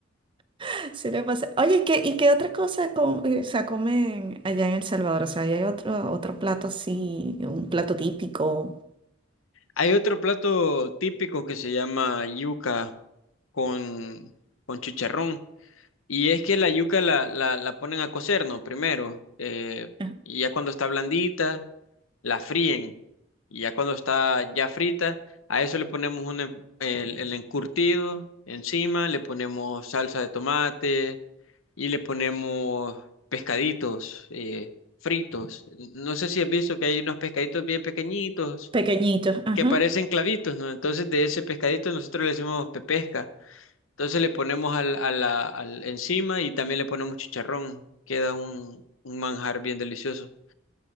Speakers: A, on the right; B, on the left.
A: <laughs> Se le pasa. Oye, ¿qué, y qué otra cosa com- eh, o sea, comen allá en El Salvador? O sea, ¿y hay otro, otro plato así, un plato típico,
B: Hay otro plato típico que se llama yuca con, con chicharrón. Y es que la yuca la, la, la ponen a cocer, ¿no? Primero. eh,
A: Ah,
B: y ya cuando está blandita, la fríen. Y ya cuando está ya frita, a eso le ponemos un, en- el, el encurtido encima, le ponemos salsa de tomate y le ponemos pescaditos eh, fritos. No sé si has visto que hay unos pescaditos bien pequeñitos
A: pequeñito. Ajá.
B: que parecen clavitos, ¿no? Entonces de ese pescadito nosotros le decimos pepesca. Entonces le ponemos al, a la, al encima y también le ponemos chicharrón. Queda un, un manjar bien delicioso.